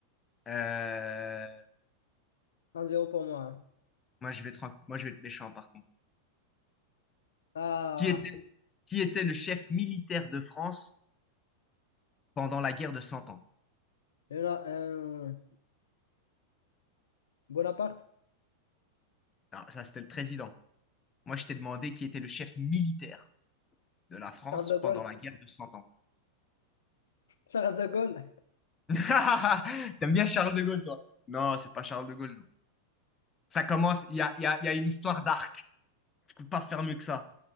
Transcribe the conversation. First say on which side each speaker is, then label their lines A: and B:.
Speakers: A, on the left; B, on the left.
A: Euh,
B: 1 zéro pour moi. hein.
A: moi, je vais être, moi, je vais être méchant, par contre.
B: Ah,
A: Qui était, qui était le chef militaire de France pendant la guerre de Cent Ans?
B: il y en a un. Bonaparte?
A: Alors, ça, c'était le président. Moi, je t'ai demandé qui était le chef militaire de la France
B: Charles de
A: pendant
B: Gaulle?
A: la guerre de Cent Ans.
B: Charles de Gaulle,
A: <laughs> T'aimes bien Charles de Gaulle, toi? Non, c'est pas Charles de Gaulle, non. Ça commence, il y a, il y a- il y a une histoire d'arc. Tu peux pas faire mieux que ça.